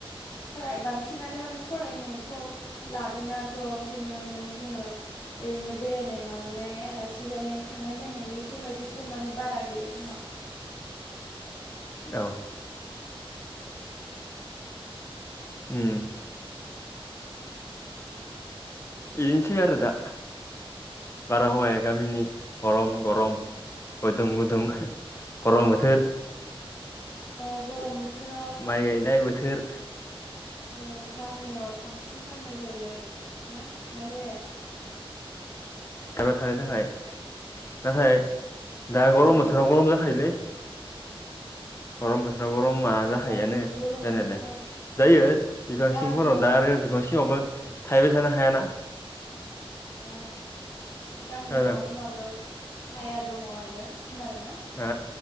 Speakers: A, on the left; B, on the left.
A: फराय बांसिनानो माने फरायनो खौ लादोंना थ ओंखायनो माने जोङो ओरैनो बेरायनाय माबानाय आलासि जानाय थांनाय बायनाय बेफोर बायदिखौ माने बारा गैया जोंनाव
B: औ उम बिदिनोसै आरो दा बार हावाया गामिनि गरम गरम गुदुं गुदुं गरम बोथोर
A: अ गरम बोथोर
B: माइ गायनाय बोथोर
A: ओ गामियाव बांसिन थान्दा जायो आरो ना ना जाया।
B: एबा थानो थाखाय नाथाय दा गरम
A: औ
B: बोथोराव
A: ना
B: गरम जाखायोलै। गरम बोलो गरमा जाखायोआनो
A: बाट गरम
B: जानायालाय
A: बोथोरा
B: जायो बिफां
A: गामियाव
B: सिंफोराव दा आरो बिफां सिङावबो थाहैबाय थानो हायाना
A: अ गामियाव
B: खोनादों
A: होमबाबो साया दङ आरो। खोनादोंना
B: हो